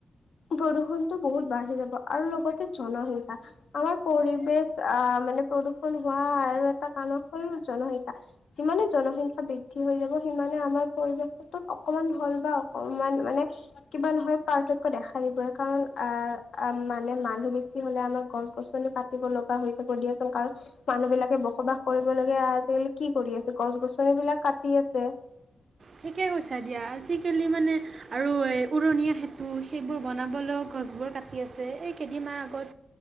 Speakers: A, on the left; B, on the right.
A: প্ৰদূষণতটো বহুত বাঢ়ি যাব আৰু লগতে জনসংখ্যা আমাৰ পৰিৱেশ আহ মানে প্ৰদূষণ হোৱা আৰু এটা কাৰণ হ'ল জনসংখ্যা যিমানে জনসংখ্যা বৃদ্ধি হৈ যাব সিমানে আমাৰ পৰিৱেশত অকমান হল বা অকমান মানে কিবা নহয় পাৰ্থক দেখা দিবে কাৰণ অ মানে মানুহ বেছি হলে আমাৰ গছ গছনি কাটিব লগা হৈছেিয়াচোন কাৰণ মানুহ বিলাকে বসবাস কৰিবলগে আজিকালি কি কৰি আছে গছ গছন বিলাক পতি আছে
B: ঠিকে কৈছা দিয়া আজিকালি মানে আৰু এই উৰণীয়া সেতু সেইবোৰ বনাবলৈও গছবোৰ কাটি আছে এই কেইদিনমমান